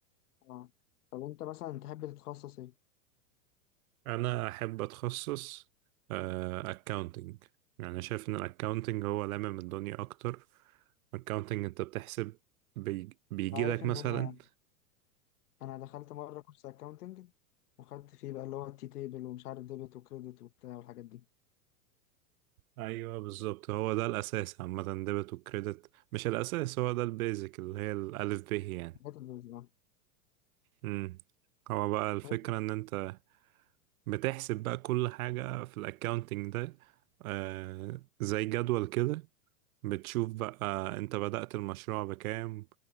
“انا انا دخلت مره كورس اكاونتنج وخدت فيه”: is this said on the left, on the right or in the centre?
Left